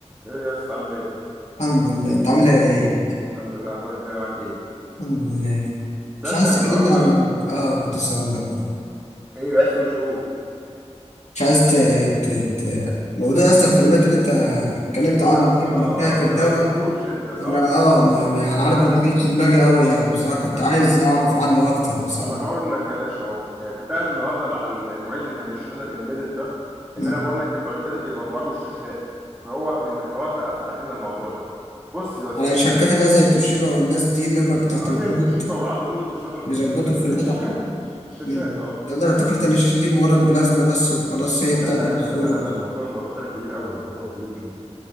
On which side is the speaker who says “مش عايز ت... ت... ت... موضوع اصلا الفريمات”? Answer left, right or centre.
Left